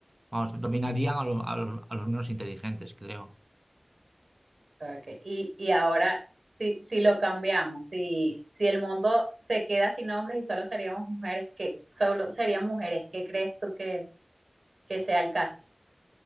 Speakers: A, on the right (about 25°); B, on the right (about 85°).
A: Vamos, dominarían a, lo- a los, a los menos inteligentes, creo.
B: Okay. Y, y ahora, si, si lo cambiamos, si, si el mundo se queda sin hombres y solo seríamos mujeres, ¿qué? Solo serían mujeres, ¿qué crees tú que, que sea el caso.